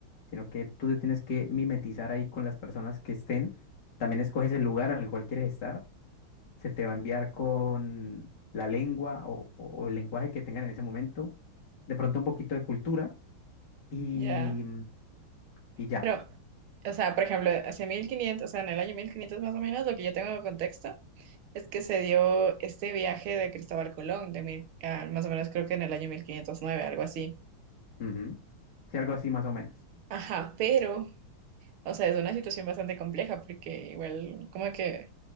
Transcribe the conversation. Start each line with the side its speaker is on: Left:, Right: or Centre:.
Left: sino que tú te tienes que mimetizar ahí con las personas que estén. También escoges el lugar en el cual quieres estar. Se te va a enviar con la lengua o, o el lenguaje que tengan en ese momento. De pronto un poquito de cultura y,
Right: Ya.
Left: y ya.
Right: Pero, o sea, por ejemplo, hace 1500, o sea, en el año mil quinientos más o menos, lo que yo tengo de contexto es que se dio este viaje de Cristóbal Colón, de mil, ah, más o menos creo que en el año 1509, algo así.
Left: Ujú. Sí, algo así más o menos.
Right: Ajá, pero O sea, es una situación bastante compleja porque igual como que